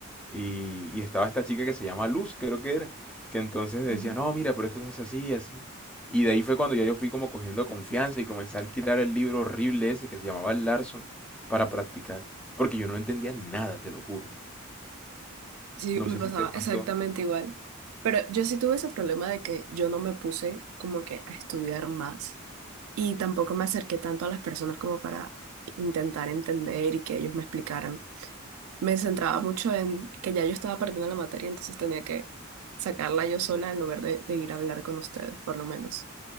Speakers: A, in the centre; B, on the right.
A: Y, y estaba esta chica que se llama Luz, creo que era, que entonces
B: <laughs>
A: decía,
B: Ujú.
A: no, mira, pero esto se hace así, así. Y de ahí fue cuando ya yo fui como cogiendo confianza y comencé a alquilar el libro horrible ese que se llamaba Larson para practicar. Porque yo no entendía nada, te lo juro.
B: Sí,
A: No
B: me
A: sé
B: pasaba
A: si de pronto...
B: exactamente igual. Pero yo sí tuve ese problema de que yo no me puse como que a estudiar más y tampoco me acerqué tanto a las personas como para intentar entender y que ellos me explicaran. Me centraba mucho en que ya yo estaba perdiendo la materia, entonces tenía que sacarla yo sola en lugar de, de ir a hablar con ustedes, por lo menos.